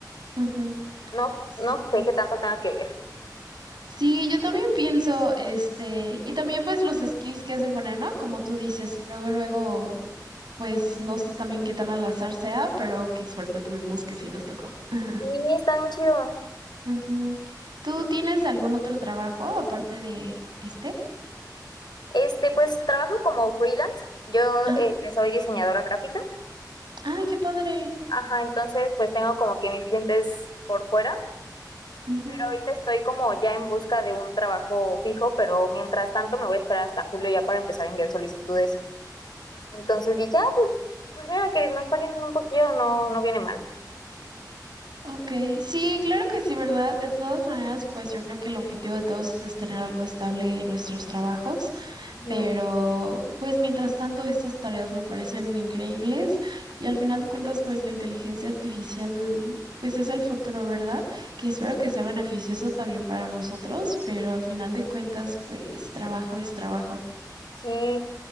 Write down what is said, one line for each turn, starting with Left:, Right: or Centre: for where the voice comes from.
Right: Ujú.
Left: No,
Right: Sí.
Left: no sé qué tanto tenga que ver.
Right: Sí, yo también pienso, este, y también pues los skills que has de poner, ¿no? Como tú dices, luego, luego, pues no sé también qué tan al azar sea, pero qué suerte tuvimos que sí nos tocó. <laughs>
Left: Sí, está bien chido.
Right: Ujú. ¿Tú tienes algún otro trabajo aparte de este?
Left: Este, pues trabajo como freelance. Yo
Right: Ajá.
Left: este, soy diseñadora gráfica.
Right: Ay, qué padre.
Left: Ajá, entonces pues tengo como que mis clientes por fuera
Right: Ujú.
Left: Pero ahorita estoy como ya en busca de un trabajo fijo, pero mientras tanto me voy a esperar hasta julio ya para empezar a enviar solicitudes. Entonces dije, ah, pues, pues mira, que nos paguen un poquillo, no, no viene mal.
Right: Ok, sí, claro que sí, ¿verdad? De todas maneras, pues yo creo que el objetivo de todos es tener algo estable en nuestros trabajos.
Left: Ujú.
Right: Pero, pues mientras tanto, estas tareas me parecen increíbles y al final de cuentas, pues la inteligencia artificial, pues es el futuro, ¿verdad? Que espero que sea beneficioso también para nosotros, pero al final de cuentas, pues trabajo es trabajo.
Left: Sí,